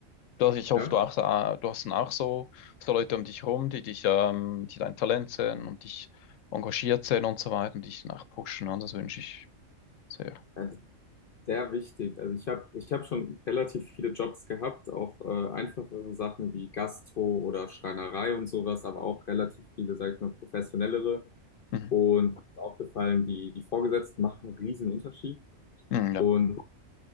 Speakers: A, on the left (about 80°); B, on the left (about 50°).
A: Du hast, ich hoffe,
B: Ja.
A: du, auch, äh, du hast dann auch so, so Leute um dich herum, die dich, ähm, die dein Talent sehen und dich engagiert sehen und so weiter und dich dann auch pushen. Und das wünsche ich sehr.
B: Ja, Sehr wichtig. Also ich habe ich hab schon relativ viele Jobs gehabt, auch äh, einfachere Sachen wie Gastro oder Schreinerei und sowas, aber auch relativ viele, sag ich mal, professionellere.
A: Mhm.
B: Und mir ist aufgefallen, die, die Vorgesetzten machen einen riesen Unterschied.
A: Mhm, ja.
B: Und